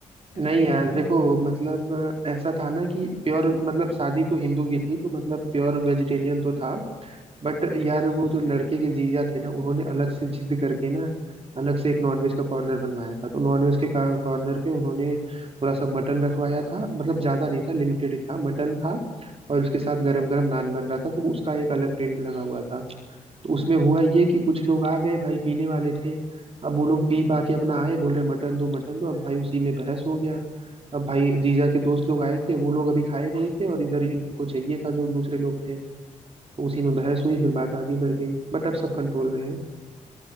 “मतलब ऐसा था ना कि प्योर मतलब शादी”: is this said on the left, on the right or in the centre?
Right